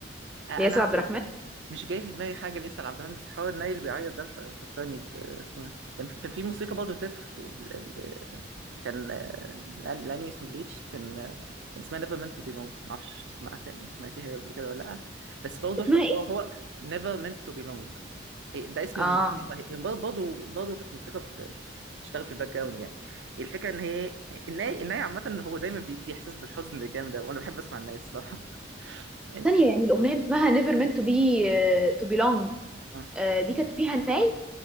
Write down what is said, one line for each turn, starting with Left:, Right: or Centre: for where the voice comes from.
Right: آه،
Centre: لياسر
Right: انا
Centre: عبد الرحمن
Right: مش جاي في دماغي حاجه لسه لعبد الحميد بس حوار الناي اللي بيعيط ده ف- فكرني ب اسمه إيه؟ كان في كان في موسيقى برضه تتر ل- ل- كان آه، الأن- الانمي اسمه بليتش كان آه، كان اسمها نيفر مينت تو بيلونج معرفش سمعت سمعتيها قبل كده ولا لا بس برضه
Centre: اسمها
Right: ح- هو هو نيفر مينت تو بيلونج إيه ده اسم
Centre: اه
Right: الموسيقى هي برضه برضه كانت موسيقى في بتشتغل في الباك جراوند يعني الفكره ان هي الناي الناي عامه ان هو دايما بيدي احساس بالحزن الجامد ده وانا بحب اسمع الناي الصراحه <laughs> إن-
Centre: ثانية يعني الأغنية اللي اسمها never meant to be آه، to belong
Right: آه،
Centre: آه، دي كانت فيها ناي